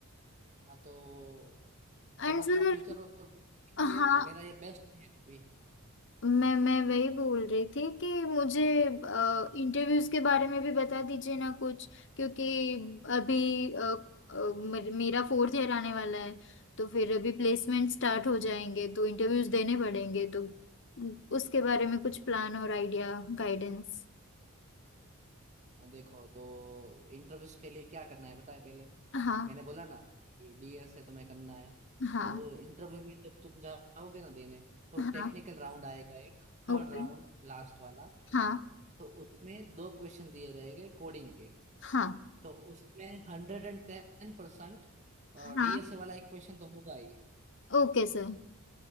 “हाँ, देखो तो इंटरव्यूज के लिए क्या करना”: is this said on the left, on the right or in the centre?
Right